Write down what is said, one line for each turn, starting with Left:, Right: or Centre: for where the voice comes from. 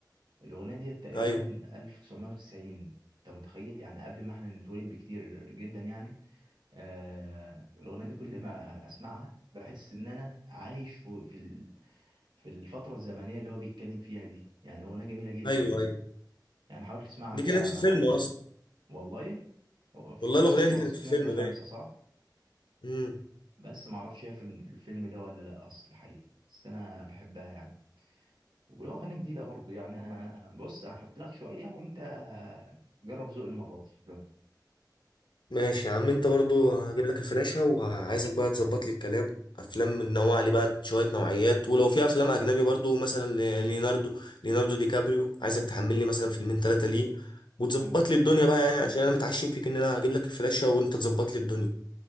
Right: الأغنية دي تقريبا
Left: أيوه
Right: 1990 أنت متخيل يعني قبل ما احنا نتولد بكتير جدا يعني آه الأغنية دي كل ما أسمعها بحس إن أنا عايش في في ال- في الفترة الزمنية اللي هو بيتكلم فيها دي يعني أغنية جميلة جدا
Left: أيوه أيوه
Right: يعني حاول تسمعها
Left: دي
Right: كده
Left: كانت
Right: على
Left: في
Right: ما
Left: فيلم أصلا
Right: والله هو فيلم
Left: والله الأغنية
Right: اسمه
Left: دي كانت
Right: رصيف
Left: في
Right: نمرة
Left: فيلم
Right: خمسة صح؟
Left: باين
Right: بس معرفش هي في الفيلم ده ولا لأ أصل الحقيقة بس أنا بحبها يعني ولو أغاني جديدة برضو يعني بص هحط لك شوية وأنت جرب ذوق المرة دي لو.
Left: ماشي يا عم انت برضو هجيب لك الفلاشة وعايزك بقى تظبط لي الكلام افلام نوع لي بقى شوية نوعيات ولو في افلام اجنبي برضو مثلا ل- ليوناردو ليوناردو دي كابريو عايزك تحمل لي مثلا فيلمين ثلاثة ليه وتظبط
Right: مم.
Left: لي الدنيا بقى يعني عشان انا متعشم فيك ان انا هجيب لك الفلاشة وانت تظبط لي الدنيا